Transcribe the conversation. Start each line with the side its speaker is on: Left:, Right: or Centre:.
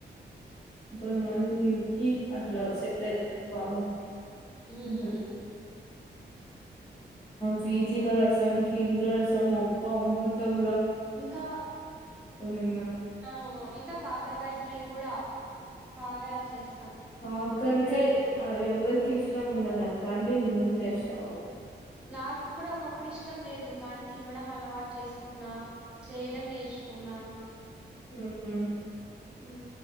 Left: ఇంకొంత మందికి
Centre: ఉహు.
Left: అట్లా సెట్ అవుతుంది బాగా
Centre: ఉమ్
Left: టది ఫీజీలో రసం కీ ఇంట్లో రసం అబ్బా అమూర్తుమ్
Centre: ఇంకా
Left: తిన్న
Centre: ఆ ఇంకా కాకరకాయ ఫ్రై కూడా బాగా యాక్టచేసి
Left: కాకరకాయ్ ఎవరికి
Centre: ఉమ్
Left: ఇష్టం ఉండదు అట్లాంటి నువ్ చేస్తావు
Centre: నాకు కూడా ఒకప్పుడు ఇష్టం లేదు కానీ తినడం అలవాటు చేసుకున్నా చేయడం నేర్చుకు ఉనా
Left: హ హ్నమ్
Centre: ఉమ్మ్